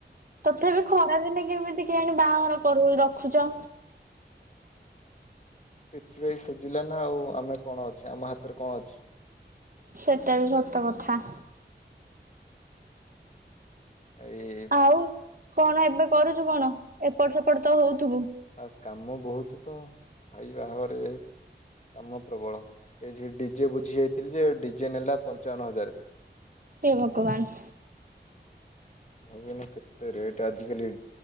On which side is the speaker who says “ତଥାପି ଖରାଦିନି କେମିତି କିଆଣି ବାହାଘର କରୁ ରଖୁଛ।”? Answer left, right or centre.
Right